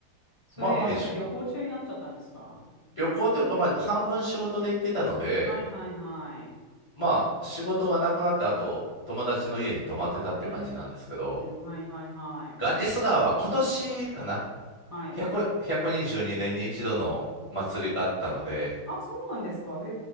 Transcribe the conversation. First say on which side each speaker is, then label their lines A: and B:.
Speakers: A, on the right; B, on the left.
A: それ、
B: まあまあ一緒、
A: その旅行中になっちゃったんですか
B: 旅行というか、まあ半分仕事で行ってたので、
A: はいはいはい。
B: まあ、仕事がなくなって、あと、友達の家に泊まってたって感じなんですけど、
A: うーん、はいはいはい。
B: ガンジス川は今年かな、
A: はい。
B: 100、122年にじゅうにねんに一度の祭りがあったので、
A: あ、そうなんですか。へ